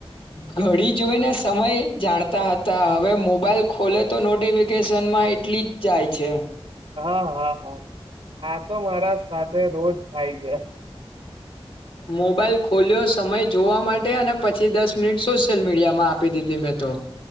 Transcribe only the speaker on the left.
ઘડી જોઈને સમય જાણતા હતા હવે મોબાઈલ ખોલે તો નોટિફિકેશનમાં એટલી જ જાય છે
મોબાઈલ ખોલ્યો સમય જોવા માટે અને પછી દસ મિનિટ સોશિયલ મીડિયામાં આપી દીધી મેં તો